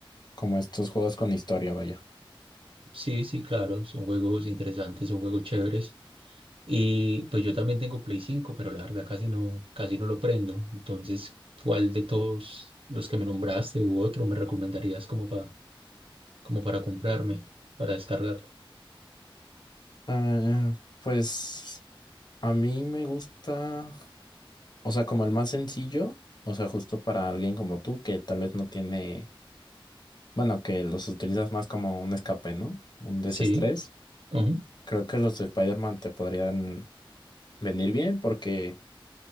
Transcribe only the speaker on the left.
como estos juegos con historia, vaya.
Ah, pues a mí me gusta. O sea, como el más sencillo, o sea, justo para alguien como tú que tal vez no tiene, bueno, que los utilizas más como un escape, ¿no? Un desestrés.
Creo que los de Spider-Man te podrían venir bien porque,